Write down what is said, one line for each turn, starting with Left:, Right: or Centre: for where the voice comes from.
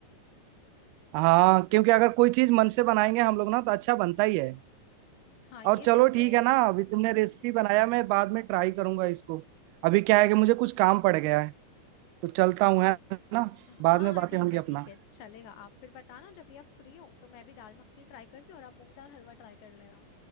Right: हाँ क्योंकि अगर कोई चीज मन से बनाएंगे हम लोग ना तो अच्छा बनता ही है
Left: हाँ ये
Right: और चलो
Left: सही
Right: ठीक
Left: है
Right: है
Left: कि
Right: ना अभी तुमने रेसिपी बनाया मैं बाद में ट्राई करूंगा इसको अभी क्या है कि मुझे कुछ काम पड़ गया है तो चलता
Left: अच्छा
Right: हूँ है ना
Left: हाँ
Right: बाद में
Left: हाँ
Right: बातें
Left: ठीक
Right: होंगी
Left: है
Right: अपना
Left: ठीक है चलेगा आप फिर बताना जब भी आप फ्री हो तो मैं भी दाल मखनी ट्राई करती हूँ और आप मूंग दाल हलवा ट्राई कर लेना